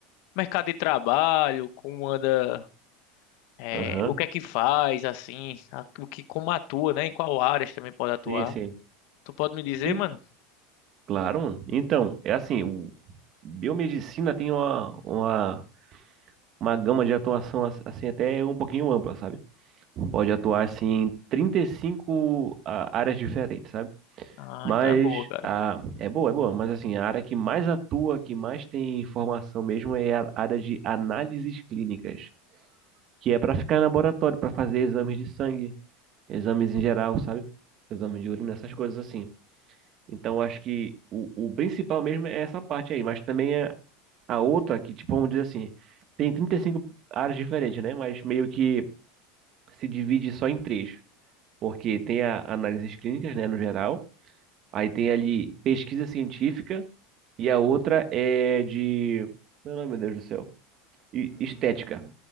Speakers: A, on the left; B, on the right.
A: mercado de trabalho, como anda, é,
B: Aham,
A: o que é que faz, assim, a- o que, como atua, né? Em qual áreas também pode atuar.
B: sim, sim.
A: Tu pode me dizer,
B: E,
A: mano?
B: claro, mano. Então, é assim, o biomedicina tem uma, uma, uma gama de atuação, ass- assim, até um pouquinho ampla, sabe? Pode atuar, assim, em 35 a- áreas diferentes, sabe?
A: Ah,
B: Mas,
A: então é boa, cara.
B: a, é boa, é boa, mas, assim, a área que mais atua, que mais tem informação mesmo é a área de análises clínicas. Que é para ficar em laboratório, para fazer exames de sangue, exames em geral, sabe? Exame de urina, essas coisas assim. Então, acho que o, o principal mesmo é essa parte aí, mas também é a outra que, tipo, vamos dizer assim, tem 35 áreas diferentes, né? Mas meio que se divide só em três, porque tem a análises clínicas, né, no geral, aí tem ali pesquisa científica e a outra é de... Meu nome, meu Deus do céu. E- Estética.